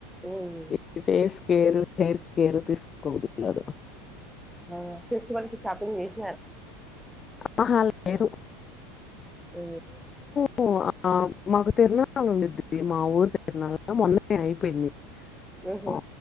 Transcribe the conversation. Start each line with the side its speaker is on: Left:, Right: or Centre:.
Centre: ఉమ్
Left: అ ఫేస్. ఏరు ఏర్ ఏరు తీసుకోబుడ్డికదూ.
Centre: ఆ ఫెస్టివల్ కి షాపింగ్ జేస్.
Left: అహ. లేదు.
Centre: అ
Left: ఊ ఆ మాకు తీర్ణలుండిద్డి మా ఊరు తీర్ణల మొన్నే ఐపోయింది.
Centre: ఉహుహు
Left: ఆ